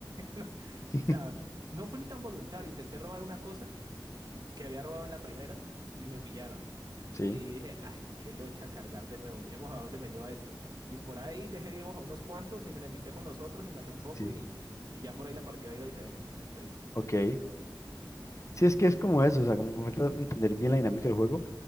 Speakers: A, on the right; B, on the left.
A: <laughs>
B: <laughs>
A: o sea, no fue ni tan voluntario. Intenté robar una cosa que había robado en la primera y me pillaron.
B: Sí,
A: Y dije, ay, qué locha cargar de nuevo, miremos a dónde me lleva esto. Y por ahí dejé vivos a unos cuantos y me enemisté con los otros y maté un poco
B: sí.
A: y, y ya por ahí la partida iba diferente. Entonces,
B: Ok. Sí, es que es como eso, o sea, como que falta entender bien la dinámica del juego.